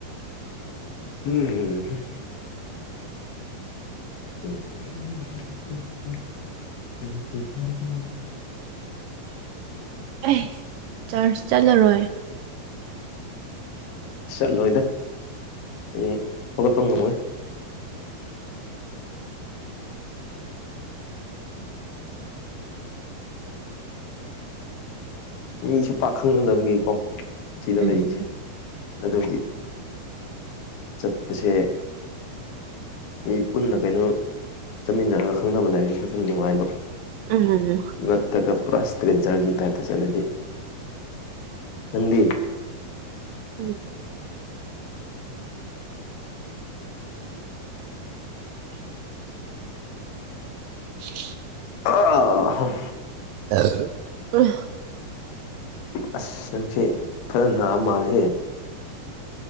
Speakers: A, on the left; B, on the right.
A: ꯎꯝ ꯎꯝ <unintelligible>
B: ꯑꯦ ꯆꯔꯆ ꯆꯠꯂꯔꯣꯏ
A: ꯑꯁ ꯆꯠꯂꯣꯏꯗ ꯍ ꯍꯧꯒꯠꯄ ꯉꯝꯃꯣꯏ ꯃꯤꯁꯨ ꯄꯥꯛꯈꯪꯅꯗꯕꯒꯤꯀꯣ ꯁꯤꯗ
B: ꯎꯝ
A: ꯂꯩꯔꯤꯁꯦ ꯑꯗꯨꯒꯤ ꯆꯠꯄꯁꯦ ꯃꯤ ꯄꯨꯟꯅ ꯀꯩꯅꯣ ꯆꯠꯃꯤꯟꯅꯔꯒ ꯈꯪꯅꯕ ꯂꯥꯏꯔꯤꯛꯁꯦ ꯈꯔꯁ ꯌꯥꯝ ꯅꯨꯡꯉꯥꯏꯕ
B: ꯎꯝ
A: ꯅꯠꯇꯒ ꯄꯨꯔꯥꯁꯇ꯭ꯔꯔꯤ ꯖꯥꯔꯒꯤ ꯇꯥꯏꯇ ꯆꯠꯂꯗꯤ ꯅꯗꯤ
B: ꯎꯝ <unintelligible>
A: ꯑ
B: ꯑ ꯑ
A: ꯑꯁ ꯅꯪꯁꯦ ꯐꯔ ꯅꯥꯕ ꯃꯥꯜꯜꯂꯤꯍꯦ